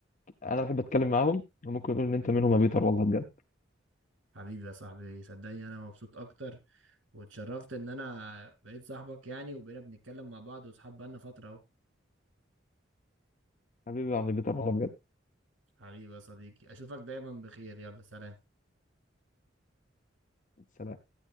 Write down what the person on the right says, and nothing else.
حبيبي يا صاحبي صدقني انا مبسوط اكتر واتشرفت ان انا بقيت صاحبك يعني وبقينا بنتكلم مع بعض واصحاب بقالنا فترة اهو
حبيبي يا صديقي اشوفك دايما بخير يلا سلام